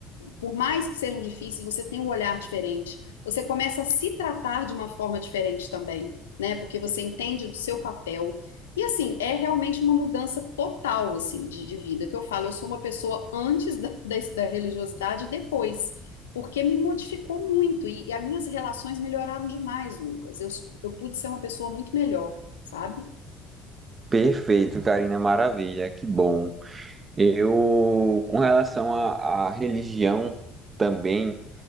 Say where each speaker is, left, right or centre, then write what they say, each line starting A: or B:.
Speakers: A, on the left; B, on the right.
A: por mais que sejam difíceis, você tem um olhar diferente. Você começa a se tratar de uma forma diferente também, né? Porque você entende do seu papel. E assim, é realmente uma mudança total, assim, de, de vida. Que eu falo, eu sou uma pessoa antes da, <laughs> da, da religiosidade e depois. Porque me modificou muito. E, e as minhas relações melhoraram demais, Lucas. Eu, eu pude ser uma pessoa muito melhor, sabe?
B: Perfeito, Karina, maravilha, que bom. Eu, com relação à à religião também,